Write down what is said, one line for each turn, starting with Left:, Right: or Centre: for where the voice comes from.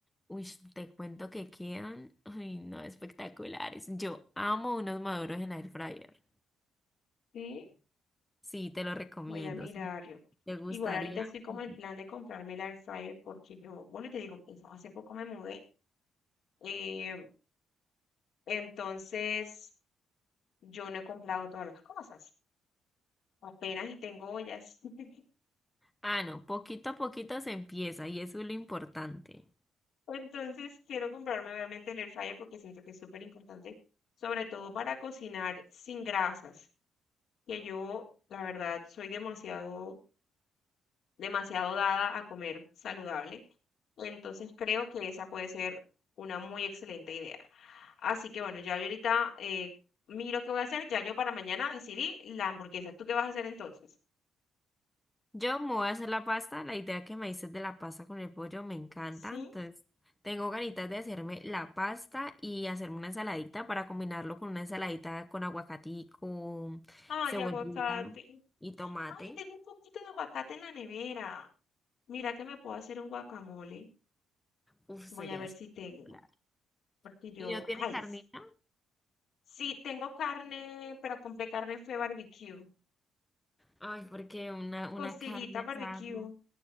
Centre: Uy, te cuento que quedan, ay, no, espectaculares. Yo amo unos maduros en air fryer.
Left: Sí,
Centre: Sí, te lo recomiendo.
Left: voy a mirarlo.
Centre: Si te gustaría.
Left: Igual ahorita estoy como
Centre: Y-
Left: en plan de comprarme la air fryer porque yo, bueno, te digo, hace poco me mudé. Eh, entonces, Yo no he comprado todas las cosas, apenas y tengo ollas. <laughs>
Centre: Ah, no, poquito a poquito se empieza y eso es lo importante.
Left: Entonces quiero comprarme obviamente el air fryer porque siento que es súper importante, sobre todo para cocinar sin grasas, que yo la verdad soy demasiado, demasiado dada a comer saludable. Entonces creo que esa puede ser una muy excelente idea. Así que bueno, ya yo ahorita eh, miro qué voy a hacer. Ya yo para mañana decidí la hamburguesa. ¿Tú qué vas a hacer entonces?
Centre: Yo me voy a hacer la pasta. La idea que me dices de la pasta con el pollo me encanta.
Left: Sí.
Centre: Entonces, tengo ganitas de hacerme la pasta y hacerme una ensaladita para combinarlo con una ensaladita con aguacatico,
Left: Ay,
Centre: cebollita
Left: aguacate.
Centre: y tomate.
Left: Ay, tengo un poquito de aguacate en la nevera. Mira que me puedo hacer un guacamole.
Centre: Uf,
Left: Voy
Centre: sería
Left: a ver
Centre: espectacular.
Left: si tengo, porque yo,
Centre: ¿Y no tiene
Left: ay,
Centre: carnita?
Left: sí, tengo carne, pero compré carne fue barbecue,
Centre: Ay, porque una, una
Left: costillitas
Centre: carne asada.
Left: barbecue.
Centre: con-